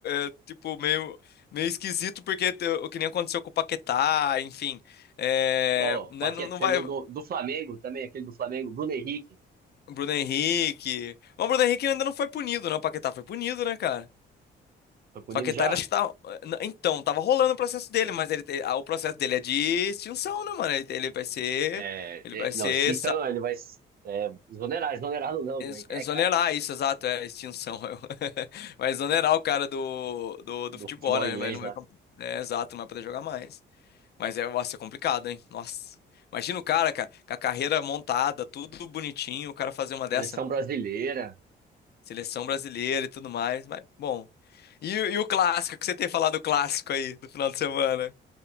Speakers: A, on the left; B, on the right.
A: é- é, tipo, meio, meio esquisito, porque te- o que nem aconteceu com o Paquetá, enfim, é,
B: Ó,
A: né,
B: Paquetá,
A: não, não
B: teve
A: vai,
B: o do, do Flamengo também, aquele do Flamengo, Bruno Henrique.
A: Bruno Henrique, mas o Bruno Henrique ainda não foi punido, né, o Paquetá foi punido, né, cara?
B: Tô punindo
A: O Paquetá,
B: já?
A: ele acho que tá, então, tava rolando o processo dele, mas ele, te- ah, o processo dele é de extinção, né, mano, ele ele vai ser...
B: É,
A: Ele vai
B: é,
A: ser.
B: não, extinção não, ele vai é, exonerar, exonerado não,
A: Ex-
B: como é que
A: Exonerar
B: é, cara?
A: isso, exato, é extinção. <laughs> Vai exonerar
B: <laughs>
A: o cara do, do,
B: Do
A: do futebol,
B: futebol
A: né?
B: inglês
A: Vai, não
B: lá.
A: vai, é, exato, não vai poder jogar mais. Mas é, nossa, é complicado, hein? Nossa. Imagina o cara, cara, com a carreira montada, tudo bonitinho, o cara fazer uma dessa.
B: Seleção brasileira.
A: Seleção brasileira e tudo mais. Mas, bom. E, o- e o clássico, que você tem falado do clássico aí do final de semana?